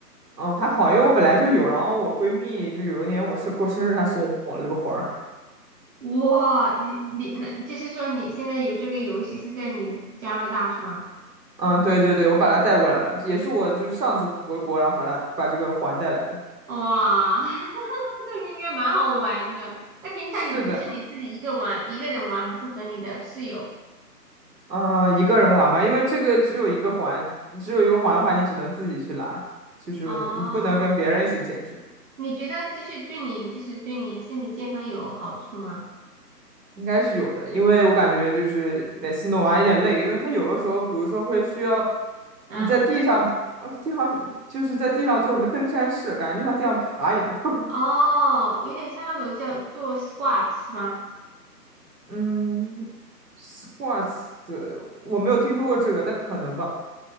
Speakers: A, on the right (about 75°); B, on the right (about 55°).
A: 嗯还好，因为我本来就有，然后我闺蜜就有一年我是过生日，她送我了这个环儿，
B: 哇，你你那就是说你现在有这个游戏是在你加拿大是吗？
A: 嗯对对对，我把它带过来了，也是我就是上次回国，然后把它把这个环带来了。
B: 哇，<laughs> 那应该蛮好玩的。那平常你就是你自己一个玩，
A: 是的，
B: 一个人玩，还是和你的室友？
A: 嗯、一个人玩嘛，因为这个只有一个环，只有一个环的话，你只能自己去拉，就是你不能跟别人一起健身。
B: 哦，你觉得就是对你就是对你身体健康有好处吗？
A: 应该是有的，因为我感觉就是每次弄完有点累，因为它有的时候，比如说会需要
B: 嗯，
A: 你在地上，呃，地上就是在地上做什么登山式，感觉就像地上爬一样。<laughs>
B: 哦，有点像那种叫做 squat 是吗？
A: 嗯，squats，我没有听说过这个，但可能吧。